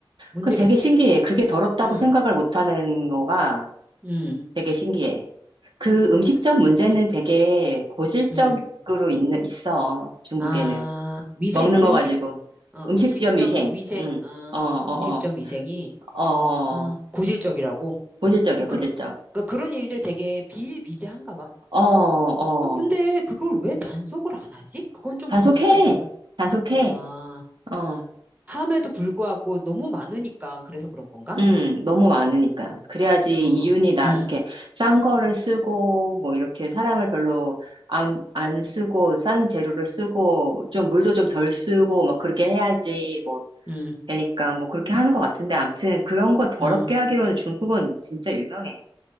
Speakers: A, on the right (about 20°); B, on the right (about 65°).
A: 문제겠지?
B: 그 되게 신기해. 그게 더럽다고
A: 음,
B: 생각을 못하는 거가
A: 음,
B: 되게 신기해. 그 음식점
A: 그,
B: 문제는 되게 고질적으로
A: 음.
B: 있는, 있어. 중국에는.
A: 아, 위생,
B: 먹는 거
A: 음식,
B: 가지고.
A: 어,
B: 음식점
A: 음식점
B: 위생.
A: 위생,
B: 응.
A: 아,
B: 어, 어,
A: 음식점 위생이,
B: 어, 어.
A: 아, 고질적이라고.
B: 고질적이야,
A: 어, 그러,
B: 고질적.
A: 그러니까 그런 일들 되게 비일비재한가 봐.
B: 어, 어.
A: 어, 근데 그걸 왜 단속을 안 하지? 그건 좀
B: 단속해.
A: 문제가 있는 거야.
B: 단속해.
A: 아,
B: 어.
A: 함에도 불구하고 너무 많으니까 그래서 그런 건가?
B: 음, 너무 많으니까. 그래야지
A: 어,
B: 이윤이 나,
A: 음,
B: 이렇게 싼 거를 쓰고, 뭐 이렇게 사람을 별로 안, 안 쓰고, 싼 재료를 쓰고, 좀 물도 좀 덜 쓰고, 막 그렇게 해야지, 뭐,
A: 음,
B: 되니까, 뭐 그렇게 하는 것 같은데, 암튼 그런 거 더럽게
A: 음.
B: 하기로는 중국은 진짜 유명해.